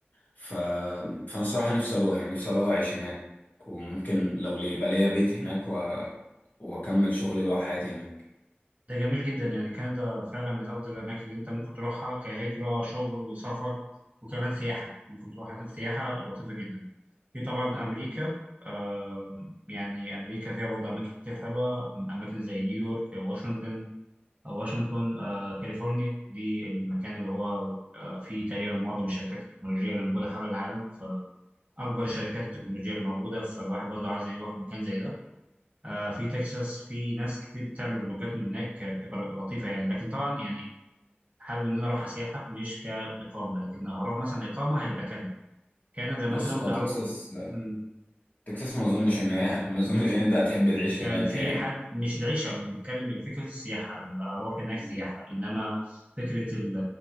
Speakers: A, on the left (about 45°); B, on the right (about 35°).
A: ف... فانا الصراحه نفسي اروح يعني نفسي اروح اعيش هناك وممكن لو ليه يبقى ليا بيت هناك و... واكمل شغلي بقى وحياتي هناك
B: ده جميل جدا يعني كندا فعلا من افضل الاماكن اللي انت ممكن تروحها كهجره شغل سفر وكمان سياحه ممكن تروح هناك سياحه لطيفه جدا في طبعا امريكا آه يعني امريكا فيها برضه اماكن كتير حلوه اماكن زي نيويورك واشنطن او واشنطن آه كاليفورنيا دي المكان اللي هو آه فيه تقريبا معظم الشركات التكنولوجيه اللي موجوده حول العالم فاكبر الشركات التكنولوجيه اللي موجوده فالواحد برضه عايز يروح مكان زي ده آه، في تكساس في ناس كتير بتعمل فلوجات من هناك آه، بتبقى لطيفه يعني لكن طبعا يعني حابب ان انا اروح سياحه مش كاقامه لكن لو هروح مثلا اقامه هيبقى كندا كندا
A: بص
B: مثلا
A: هو
B: او
A: تكساس
B: مم،
A: تكساس ما اظنش ان هي <laughs> ما اظنش ان انت هتحب تعيش
B: كان
A: هناك
B: في
A: يعني
B: حد مش العيشه ما انا بتكلم من فكره السياحه انا اروح هناك سياحه
A: مم.
B: انما فكره ال